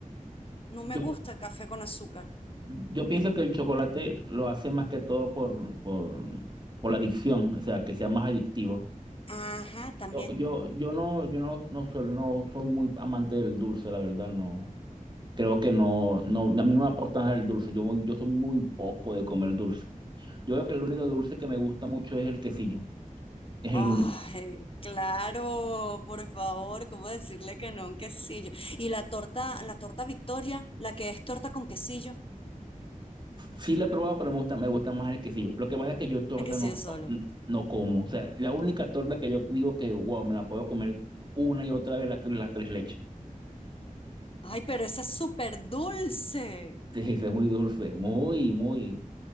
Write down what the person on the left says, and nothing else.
No
me gusta el café con azúcar.
Ajá, también.
Ay,
claro, por favor, ¿cómo decirle que no a un quesillo? Y la torta, la torta Victoria, la que es torta con quesillo,
el quesillo
solo.
Ay, pero esa es súper dulce.